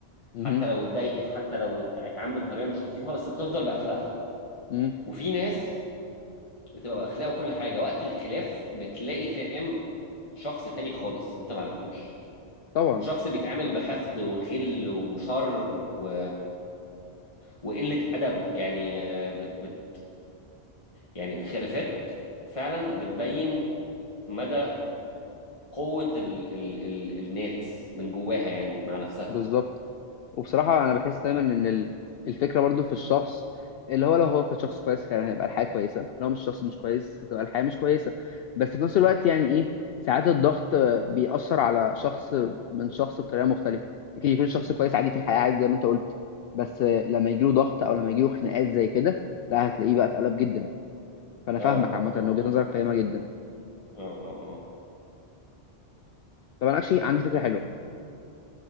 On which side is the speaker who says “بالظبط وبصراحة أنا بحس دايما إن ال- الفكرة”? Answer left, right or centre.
Left